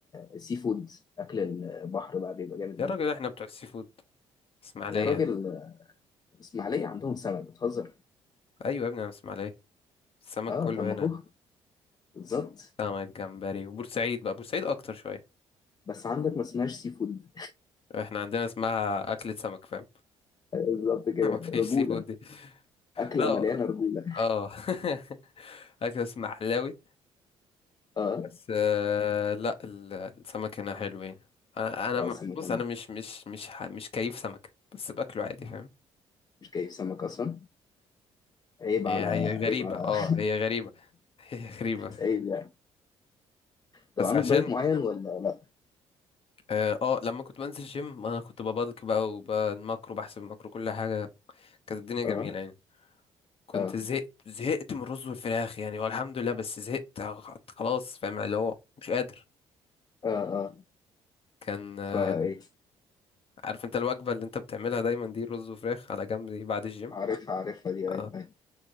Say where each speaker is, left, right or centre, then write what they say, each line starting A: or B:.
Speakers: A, on the left; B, on the left.
A: السي فود اكل البحر بقى بيبقى جامد جدا
B: يا راجل احنا بتوع السي فود اسماعيلية
A: يا راجل الاسماعيليه عندهم سمك بتهزر
B: ايوه يا ابني انا من اسماعيلية السمك
A: اه
B: كله
A: طب ما
B: هنا
A: هو بالظبط
B: سمك جمبري وبورسعيد بقى بورسعيد اكتر شوية
A: بس عندك ما اسمهاش سي فود
B: احنا عندنا اسمها اكلة سمك فاهم
A: بالظبط
B: <laughs>
A: كده
B: مفيش
A: رجوله
B: سي فود دي
A: اكله
B: لا
A: مليانه رجوله
B: اه <laughs> اكل اسماعيلاوي
A: اه
B: بس آه لا ال- السمك هنا حلو يعني انا انا
A: اه
B: م-
A: سمك
B: بص انا مش مش مش ح- مش كيف سمكة بس باكله عادي فاهم
A: مش كيف سمك اصلا عيب
B: هي
A: على
B: هي غريبة
A: عيب على
B: اه
A: <laughs>
B: هي غريبة <laughs> هي غريبة
A: عيب يعني طب
B: بس
A: عامل
B: عشان
A: دايت معين ولا لا
B: اه آه، لما كنت بنزل جيم انا كنت ببلك بقى وبالماكرو بحسب الماكرو كل حاجة كانت الدنيا جميلة
A: اه
B: يعني كنت
A: اه
B: زهقت زهقت من الرز والفراخ يعني هو الحمد لله بس زهقت خلاص فاهم اللي هو مش قادر
A: اه اه
B: كان آه،
A: فايه
B: عارف انت الوجبة اللي انت بتعملها دايما دي رز وفراخ على جنب دي بعد الجيم
A: عارفها عارفها دي
B: اه
A: ايوه أيوة.